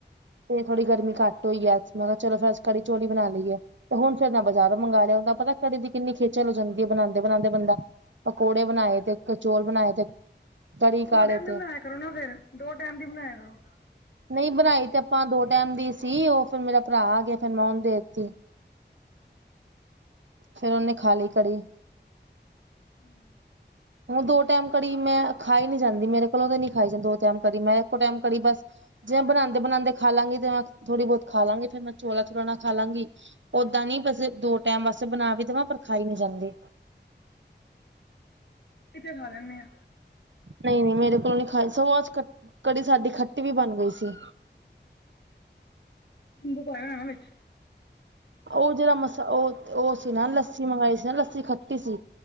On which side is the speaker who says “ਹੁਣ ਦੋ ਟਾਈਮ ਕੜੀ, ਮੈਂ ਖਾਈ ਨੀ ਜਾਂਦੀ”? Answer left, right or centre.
Right